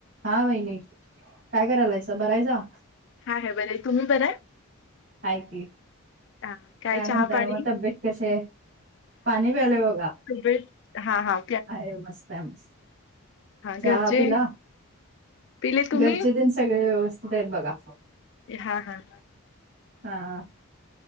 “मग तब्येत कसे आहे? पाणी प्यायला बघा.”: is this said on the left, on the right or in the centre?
Right